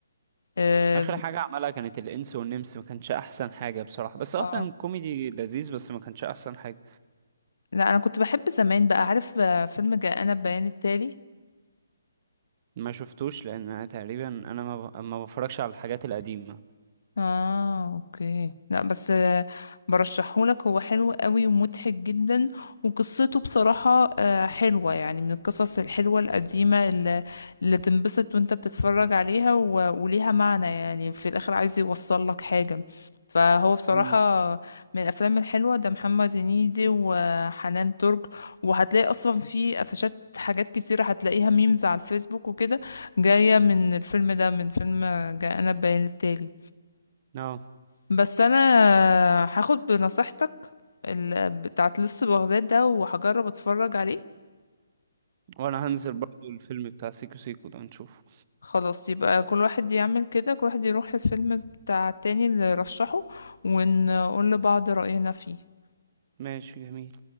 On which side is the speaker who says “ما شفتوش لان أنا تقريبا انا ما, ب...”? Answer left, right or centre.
Right